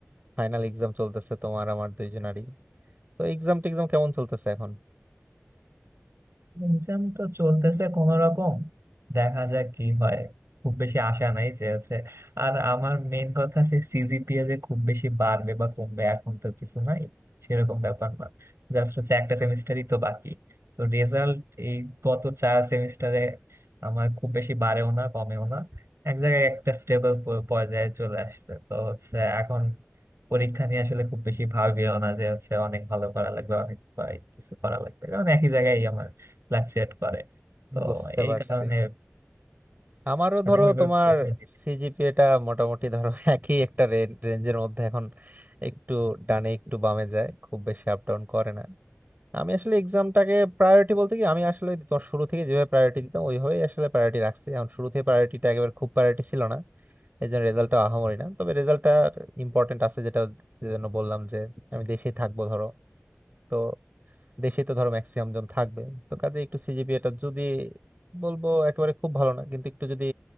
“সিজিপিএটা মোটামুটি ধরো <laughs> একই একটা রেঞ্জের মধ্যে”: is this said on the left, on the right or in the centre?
Right